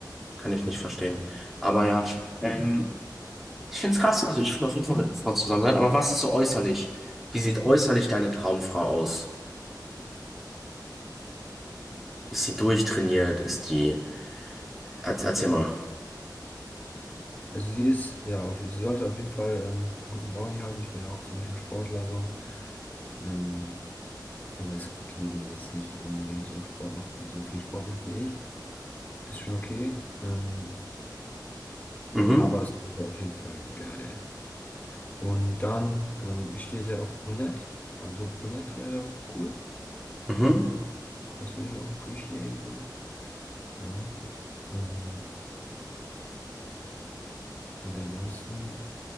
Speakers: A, in the centre; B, on the left.
A: Kann ich nicht verstehen. Aber ja. Ähm, Ich finde es krass, also ich will auf jeden Fall mit einer Frau zusammen sein, aber was ist so äußerlich? Wie sieht äußerlich deine Traumfrau aus? Ist sie durchtrainiert? Ist die. Erz- Erzähl mal.
B: Also sie ist, ja, auf, sie sollte auf jeden Fall ähm, einen guten Body haben. Ich bin ja auch ziemlicher Sportler so. Ähm, aber ist auch okay, wenn die jetzt nicht unbedingt so Sport macht, wie so viel Sport macht wie ich. Ist schon okay. Ähm,
A: Mhm,
B: aber es wäre auf jeden Fall geil. Und dann, ähm, ich stehe sehr auf Brunette. Also Brunette wäre cool.
A: mhm,
B: Ähm, das würde ich auch appreciaten, so. Genau. Ähm, und ansonsten